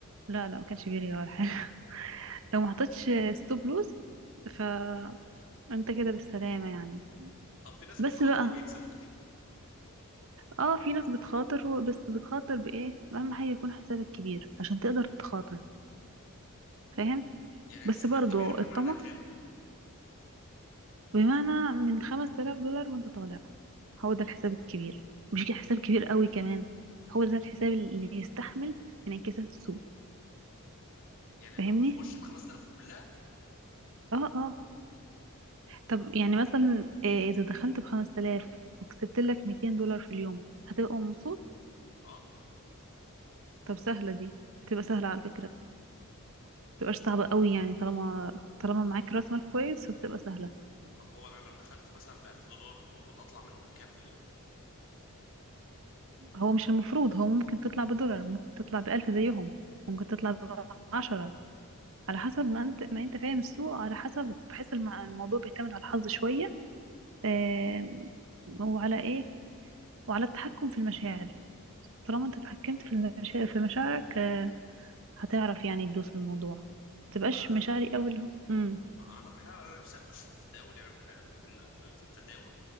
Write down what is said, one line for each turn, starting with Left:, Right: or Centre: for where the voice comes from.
Right: لا لا ما كانش بيرجع ولا حاجة <laughs> لو ما حطيتش ستوب لوز فانت كده بالسلامة يعني
Left: طب في ناس
Right: بس
Left: بتخاطر
Right: بقى
Left: وبيكسبوا كتير
Right: اه في ناس بتخاطر و- بس بتخاطر بايه اهم حاجة يكون حسابك كبير عشان تقدر تخاطر فاهم
Left: يعني
Right: بس
Left: حسابك
Right: برضو
Left: كبير بمعنى
Right: الطمع
Left: كام
Right: بمعنى من 5000 دولار وانت طالع هو ده الحساب الكبير مش كده حساب كبير قوي كمان هو ده الحساب اللي يستحمل انعكاسات السوق
Left: يعني انا
Right: فاهمني
Left: اخش ب 5000 كلها
Right: اه اه طب يعني مثلا آه، اذا دخلت ب 5000 وكسبت لك 200 دولار في اليوم هتبقى مبسوط
Left: اه
Right: طب سهلة دي بتبقى سهلة على فكرة متبقاش
Left: طب
Right: صعبة
Left: هو
Right: قوي يعني طالما طالما معاك راس مال كويس فبتبقى سهلة
Left: طب هو انا لو دخلت مثلا ب 1000 دولار المفروض اطلع منهم بكام في اليوم
Right: هو مش المفروض هو ممكن تطلع بدولار ممكن تطلع بألف زيهم ممكن تطلع بعشرة على حسب ما انت ما انت فاهم السوق على حسب بحس المع- الموضوع بيعتمد على الحظ شوية آم، وعلى ايه وعلى التحكم في المشاعر طالما انت اتحكمت في المشاعر في مشاعرك آه، هتعرف يعني تدوس في الموضوع ما تبقاش
Left: لا
Right: مشاعري قوي اللي هو امم
Left: انا بحاول انا نفسي اخش في التداول يعني في في في التداول